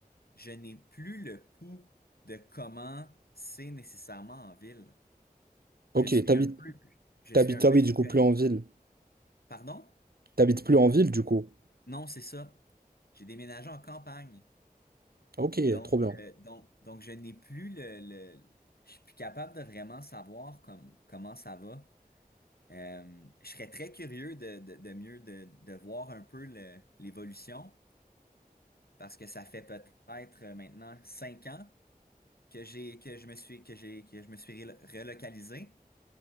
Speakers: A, on the left; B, on the right.
A: je n'ai plus le pouls de comment c'est nécessairement en ville. Je
B: Ok,
A: suis
B: t'habites,
A: un peu, je
B: t'habites,
A: suis un peu
B: ah oui,
A: déconnecté.
B: du coup, plus en ville.
A: Pardon?
B: T'habites plus en ville, du coup.
A: Non, c'est ça. J'ai déménagé en campagne.
B: Ok,
A: Donc,
B: trop bien.
A: euh, donc, donc je n'ai plus le, le- Je suis plus capable de vraiment savoir comme, comment ça va. Euh, je serais très curieux de, de, de mieux de, de voir un peu le- l'évolution parce que ça fait peut-être euh, maintenant cinq ans que j'ai que je me suis que j'ai que je me suis relo- relocalisé.